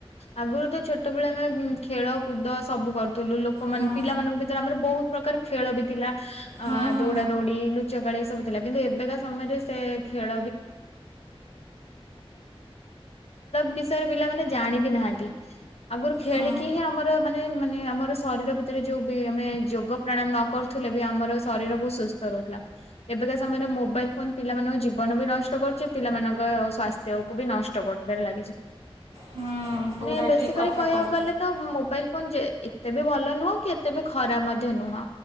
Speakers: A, on the left; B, on the right.
A: ଆଗରୁ ତ ଛୋଟବେଳେ ଆମେ ଖେଳ କୁଦ ସବୁ କରୁ ଥିଲୁ ଲୋକମାନେ
B: ହୁଁ
A: ପିଲାମାନଙ୍କ ଭିତରେ ଆମର ବହୁତ ପ୍ରକାର ଖେଳ ବି ଥିଲା
B: ହୁଁ
A: ଅ
B: ହୁଁ
A: ଦୌଡା ଦୌଡି ଲୁଚକାଳି ସବୁ ଥିଲା କିନ୍ତୁ ଏବେକା ସମୟରେ ସେ ଖେଳ ବି ପିଲାମାନେ ଜାଣିବି ବି ନାହାନ୍ତି ଆଗରୁ ଖେଳିକି
B: ହୁଁ।
A: ହିଁ ଆମର ମାନେ ମାନେ ଆମର ଶରୀର ଭିତରେ ଯୋଉ ବି ଆମେ ଯୋଗ ପ୍ରାଣାୟାମ ନ କରୁଥିଲେ ବି ଆମର ଶରୀର ବହୁତ ସୁସ୍ଥ ରହୁଥିଲା ଏବେକା ସମୟରେ ମୋବାଇଲ ଫୋନ ପିଲାମାନଙ୍କ ଜୀବନ ବି ନଷ୍ଟ କରୁଛି ପିଲାମାନଙ୍କ ସ୍ୱାସ୍ଥ୍ୟକୁ ବି ନଷ୍ଟ କରିବାରେ ଲାଗିଛି।
B: ହୁଁ ହୁଁ ପୁରା
A: ମାନେବେସିକାଲି
B: ଠିକ୍ କଥା
A: କହିବାକୁ
B: କହିଛ
A: ଗଲେ ତ ମୋବାଇଲ ଫୋନ ଯେ ଏତେ ବି ଭଲ ନୁହଁ କି ଏତେ ବି ଖରାପ ମଧ୍ୟ ନୁହଁ।